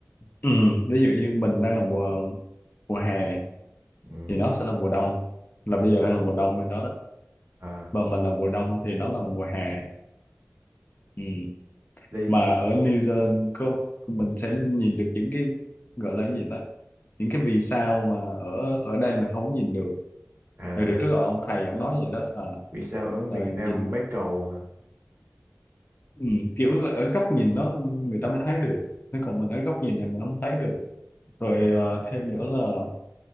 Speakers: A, on the left (about 40°); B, on the right (about 45°).
A: ừ, ví dụ như mình đang là mùa mùa hè
B: ừ,
A: thì nó sẽ là mùa đông là bây giờ đang là mùa đông bên đó đó
B: à
A: và mình là mùa đông thì nó là mùa hè ừ.
B: đây
A: mà ở New Zealand có mình sẽ nhìn được những cái gọi là cái gì đó những cái vì sao mà ở ở đây mình không nhìn được
B: à
A: thì được trước ở ông thầy ông nói vậy đó à,
B: vì sao ở miền
A: rồi nhìn
B: nam bán cầu hả ừ,
A: ừ, kiểu là ở góc nhìn đó người ta mới thấy được thế còn mình ở góc nhìn này mình không thấy được rồi
B: ừ.
A: ờ, thêm nữa là